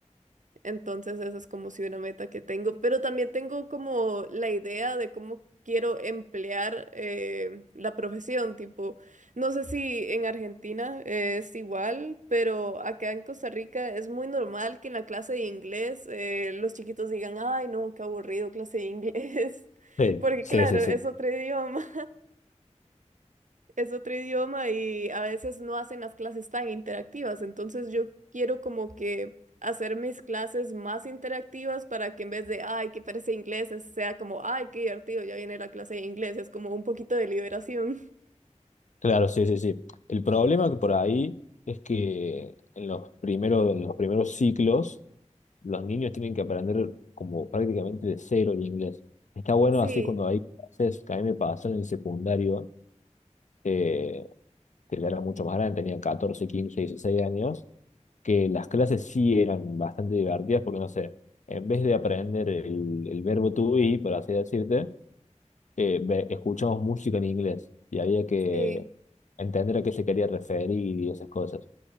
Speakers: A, on the right (about 80°); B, on the left (about 75°).
A: Entonces esa es como si una meta que tengo, pero también tengo como la idea de cómo quiero emplear eh, la profesión, tipo, no sé si en Argentina eh, es igual, pero acá en Costa Rica es muy normal que en la clase de inglés eh, los chiquitos digan, ay, no, qué aburrido clase de inglés, <laughs>
B: Sí,
A: porque
B: sí,
A: claro,
B: sí,
A: es
B: sí.
A: otro idioma es otro idioma y a veces no hacen las clases tan interactivas. Entonces yo quiero como que hacer mis clases más interactivas para que en vez de, ay, qué parece inglés, es- sea como, ay, qué divertido, ya viene la clase de inglés. Es como un poquito de liberación. <laughs>
B: Claro, sí, sí, sí. El problema que por ahí es que en los primeros, en los primeros ciclos los niños tienen que aprender como prácticamente de cero el inglés. Está bueno
A: Sí,
B: así cuando hay clases, que a mí me pasó en el secundario, eh, que ya era mucho más grande, tenía 14, 15, 16 años que las clases sí eran bastante divertidas porque, no sé, en vez de aprender el, el verbo to be, por así decirte, eh, ve- escuchamos música en inglés y había que
A: sí,
B: entender a qué se quería referir y esas cosas.